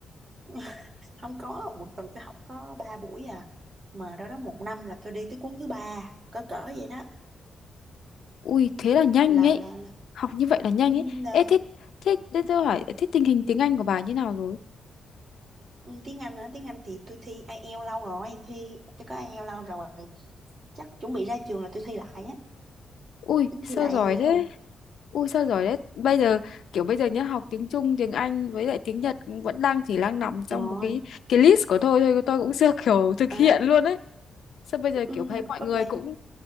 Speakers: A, on the right; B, on the left.
A: <laughs> không có một tuần tôi học có ba buổi à mà đó đó một năm là tôi đi tới cuốn thứ ba cỡ cỡ vậy đó
B: Ui thế là nhanh
A: là
B: ấy.
A: là, là,
B: Học như vậy là nhanh
A: ừ,
B: ấy.
A: là
B: Ê thế thế thế tôi hỏi thế tình hình tiếng Anh của bà như nào rồi?
A: ừ, tiếng Anh hả tiếng Anh thì tôi thi IELTS lâu rồi thi tôi có IELTS lâu rồi chắc chuẩn bị ra trường là tôi thi lại á
B: Ui
A: tính
B: sao
A: thi lại
B: giỏi
A: IELTS
B: thế? Ui sao giỏi thế? Bây giờ kiểu bây giờ nhá học tiếng Trung, tiếng Anh với lại tiếng Nhật cũng vẫn đang chỉ đang nằm trong
A: rồi
B: một cái cái list của tôi thôi tôi cũng chưa <laughs> kiểu thực
A: à,
B: hiện luôn ấy. Sao bây
A: ừ,
B: giờ kiểu thấy
A: là
B: mọi
A: có
B: người
A: plan
B: cũng
A: không